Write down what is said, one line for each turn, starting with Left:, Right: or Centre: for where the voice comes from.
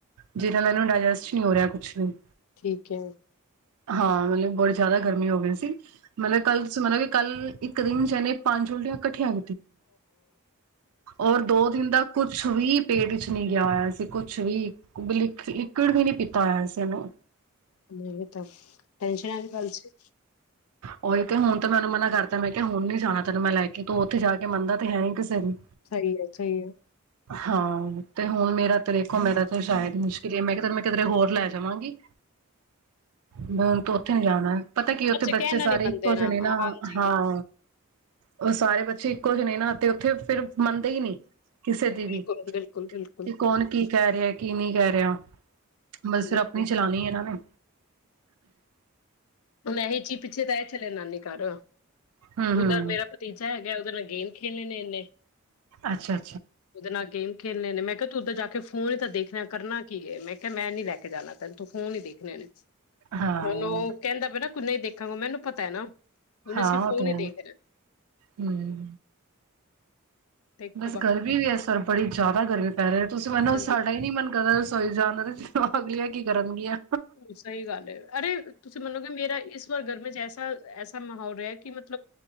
Right: ਜਿਹਨਾਂ ਦਾ ਇਹਨੂੰ ਡਾਇਜੈਸਟ ਨਹੀਂ ਹੋ ਰਿਹਾ ਕੁਛ ਵੀ
Left: ਠੀਕ ਹੈ
Right: ਹਾਂ ਮਤਲਬ ਬੜੀ ਜ਼ਿਆਦਾ ਗਰਮੀ ਹੋ ਗਈ ਸੀ ਮਤਲਬ ਕੱਲਂ ਤੁਸੀ ਮਨੋਗੇ ਕਿ ਕੱਲ ਇੱਕ ਦਿਨ ਚ ਇਹਨੇ ਪੰਜ ੳਲਟੀਆਂ ਇਕੱਠੀਆਂ ਔਰ ਦੋ ਦਿਨ ਦਾ ਕੁਛ ਵੀ ਪੇਟ ਵਿੱਚ ਨਹੀਂ ਗਿਆ ਹੋਇਆ ਸੀ, ਕੁਛ ਵੀ ਲਿਕੁਡ ਵੀ ਨੀ ਪੀਤਾ ਹੋਇਆ ਸੀ ਇਹਨੂੰ।
Left: ਨਹੀਂ ਤਾਂ ਟੈਨਸ਼ਨ ਆ ਦੀ ਗਲ ਸੀ।
Right: ਉਓਹੀ ਤੇ ਹੁਣ ਤੇ ਮੈਨੂੰ ਮਨਾ ਕਰਤਾ ਮੈਂ ਕਿਹਾ ਹੁਣ ਨੀ ਜਾਣਾ ਤੈਨੂੰ ਮੈਂ ਲੈ ਕੇ ਤੂੰ ਉੱਥੇ ਜਾ ਕੇ ਮੰਨਦਾ ਤੇ ਹੈਈ ਕਿਸੇ ਨੂੰ
Left: ਸਹੀ ਹੈ, ਸਹੀ ਹੈ।
Right: ਹਾਂ, ਤੇ ਹੁਣ ਮੇਰਾ ਤੇ ਦੇਖੋ- ਮੇਰਾ ਤੇ ਸ਼ਾਇਦ ਮੁਸ਼ਕਿਲ ਹੀ ਆ। ਮੈਂ ਕਿਹਾ, ਮੈਂ ਕਿਧਰੇ ਹੋਰ ਲੈ ਜਾਵਾਂਗੀ। ਬਿਲ <unintelligible> ਉੱਥੇ ਨੀ ਜਾਣਾ, ਪਤਾ ਕੀ ਉੱਥੇ
Left: ਅੱਛਾ
Right: ਬੱਚੇ
Left: ਕਹਿਣ
Right: ਸਾਰੇ
Left: ਵਾਲੀ ਬੰਦੇ
Right: ਇੱਕੋ ਜਿਹੇ ਨੇ ਨਾ
Left: ਹਾਂਜੀ
Right: ਹਾਂ। ਉਹ ਸਾਰੇ ਬੱਚੇ ਇੱਕੋ ਜਿਹੇ ਨੇ ਨਾ ਤੇ ਉੱਥੇ ਫੇਰ ਮੰਨਦੇ ਹੀ ਨਹੀਂ। ਕਿਸੇ ਦੀ ਵੀ
Left: ਬਿਲਕੁਲ ਬਿਲਕੁਲ
Right: ਕੀ
Left: ਬਿਲਕੁਲ
Right: ਕੌਣ ਕੀ ਕਹਿ ਰਿਹਾ ਕਿਵੇਂ ਕਹਿ ਰਿਹਾ ਬਸ ਫਿਰ
Left: ਬਿਲਕੁਲ
Right: ਆਪਣੀ ਚਲਉਣੀ ਇਹਨਾਂ ਨੇ।
Left: ਹੁਣ ਇਹੀ ਚੀ ਪਿੱਛੇ ਤਾਂ ਇਹ ਚਲੇ ਨਾਨੀ ਘਰ।
Right: ਹੂੰ-ਹੂੰ,
Left: ਉਧਰ ਮੇਰਾ ਭਤੀਜਾ ਹੈਗਾ ਗੇਮ ਖੇਲਣੇ ਨੇ ਇਨੇ
Right: ਅੱਛਾ।
Left: ਉਹਦੇ ਨਾਲ ਗੇਮ ਖੇਡ ਨ ਮੈਂ ਕਿਹਾ ਤੂੰ ਤਾਂ ਜਾ ਕੇ ਫੋਨ ਹੀ ਤਾਂ ਦੇਖ ਰਿਹਾ ਕਰਨਾ ਕੀ ਹ ਮੈਂ ਕਿਹਾ ਮੈਂ ਨਹੀਂ ਲੈ ਕੇ ਜਾਣਾ ਤੈਨੂੰ ਫੋਨ ਨਹੀਂ ਦੇਖਣੇ ਨੇ
Right: ਹਾਂ।
Left: ਹੈਲੋ ਕਹਿੰਦਾ ਵੀ ਨਾ ਨਹੀਂ ਹੀ ਦੇਖਾਂਗਾ ਮੈਨੂੰ ਪਤਾ ਹੈ ਨਾ। ਹੁਣ
Right: ਹਾਂ
Left: ਅਸੀਂ ਫੋਨ
Right: ਉਹ ਤੇ ਹੈ
Left: ਹੀ ਦੇਖਣਾ
Right: ਹੂੰ
Left: ਦੇਖੋ
Right: ਬਸ
Left: ਬਾਕੀ
Right: ਗਰਮੀ ਵੀ <unintelligible> ਬੜੀ ਜ਼ਿਆਦਾ ਗਰਮੀ ਪਏ ਰਹੇ ਹੋ ਤੁਸੀਂ ਮੰਨੋ
Left: ਹਾਂਜੀ
Right: ਸਾਡਾ ਹੀ ਨੀ ਮਨ ਕਰਦਾ ਤੁਰ ਜਾਣ ਦੇ ਜਦੋਂ ਅਗਲੀ ਕੀ ਕਰਨਗੀਆਂ
Left: ਸਹੀ ਗੱਲ ਹੈ ਅਰੇ ਤੁਸੀਂ ਮੰਨੋ ਕਿ ਮੇਰਾ ਇਸ ਵਾਰ ਗਰਮੀ ਚ ਐਸਾ ਐਸਾ ਮਾਹੌਲ ਰਿਹਾ ਕਿ ਮਤਲਬ